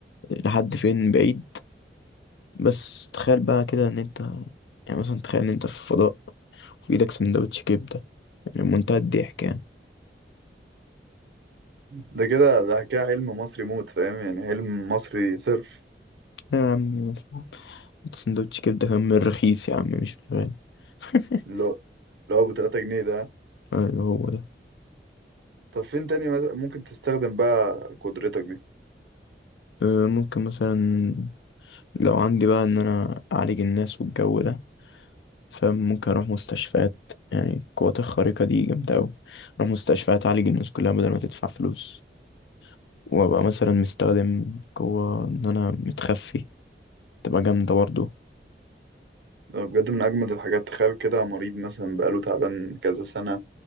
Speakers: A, on the left; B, on the right.
A: لحد فين بعيد بس تخيل بقى كده ان انت يعني مثلا تخيل ان انت في الفضاء في ايدك سندوتش كبده يعني منتهى الضحك يعني
B: ده كده ده كده حلم مصري موت فاهم يعني حلم مصري صرف
A: يا عم سندوتش كبده كان من الرخيص يا عم مش غالي <laughs>
B: اللي هو اللي هو بتلاتة جنيه ده
A: ايوه هو ده
B: طب فين تاني مثلا ممكن تستخدم بقى قدرتك دي
A: أه، ممكن مثلا لو عندي بقى ان انا اعالج الناس والجو ده فممكن اروح مستشفيات يعني القوات الخارقة دي جامدة اوي اروح مستشفيات اعالج الناس كلها بدل ما تدفع فلوس وابقى مثلا مستخدم قوة ان انا متخفي تبقى جامدة برضه
B: ده بجد من أجمد الحاجات تخيل كده مريض مثلا بقاله تعبان كذا سنة